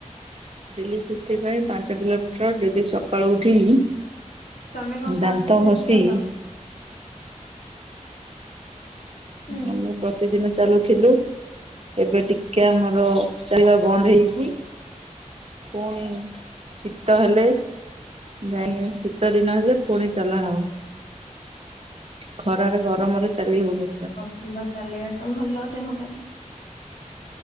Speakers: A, on the right (about 50°); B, on the left (about 75°).
A: ଡେଲି ସେଥିପାଇଁ ପାଞ୍ଚ କିଲୋମିଟର ଡେଲି ସକାଳୁ ଉଠି
B: ତମେ କଣ ପ୍ରତିଦିନ
A: ଦାନ୍ତ ହସି
B: ଚାଲ? ହୁଁ।
A: ଆମ ତ କେତେ ଦିନ ଚାଲୁଥିଲୁ ଏବେ ଟିକେ ଆମର ଚାଲିବା ବନ୍ଦ ହେଇଛି। ପୁଣି ଶୀତ ହେଲେ ନାଇଁ ଶୀତ ଦିନ ହେଲେ ପୁଣି ଚଲାହଉ। ଖରାରେ ଗରମରେ ଚାଲି ହଉନଥିଲା।
B: ଥଣ୍ଡା ଚାଲିବା ଟା ଭଲ ଦେହ ପାଇଁ।